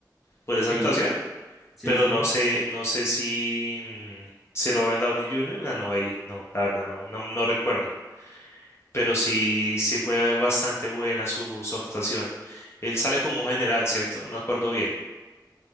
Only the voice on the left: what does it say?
Por esa
actuación,
pero
no sé, no sé si, mm, si Robert Downey Jr. ganó ahí. No, la verdad, no, no, no recuerdo. Pero sí, sí fue bastante buena su, su actuación. Él sale como un general, ¿cierto? No me acuerdo bien.